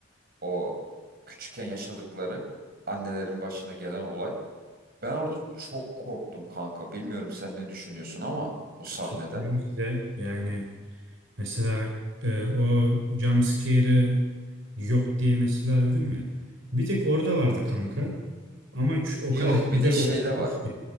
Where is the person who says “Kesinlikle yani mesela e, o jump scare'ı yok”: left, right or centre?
Right